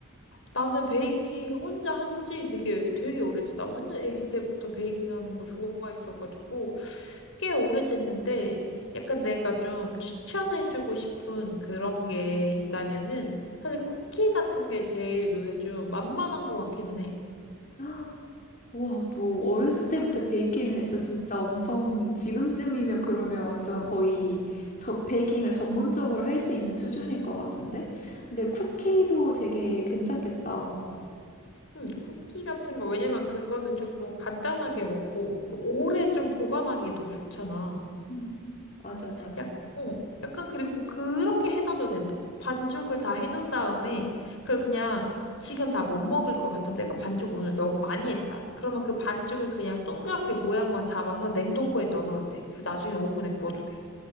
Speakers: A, on the left; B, on the left.
A: 나는 베이킹 혼자 한 지 되게, 되게 오래됐어. 나 완전 아기 때부터 베이킹 하는 거 좋아했어가지고, 꽤 오래됐는데, 약간 내가 좀 추천해주고 싶은 그런 게 있다면은, 사실 쿠키 같은 게 제일 요새 좀 만만한 것 같기는 해.
B: <gasps> 우와, 너 어렸을 때부터 베이킹을 했어? 진짜 엄청 지금쯤이면 그러면 완전 거의 저 베이킹을 전문적으로 할 수 있는 수준일 것 같은데? 근데 쿠키도 되게 괜찮겠다.
A: 음, 쿠키 같은 거, 왜냐면 그거는 조금 간단하게 먹고, 그 오래 좀 보관하기도 좋잖아.
B: 음. 맞아, 맞아.
A: 약, 어, 약간 그리고 그렇게 해놔도 된다? 반죽을 다 해놓은 다음에, 그걸 그냥 지금 다 못 먹을 것 같으면 내가 반죽 오늘 너무 많이 했다. 그러면 그 반죽을 그냥 동그랗게 모양만 잡아서 냉동고에 넣어놔도 돼. 그리고 나중에 오븐에 구워도 돼.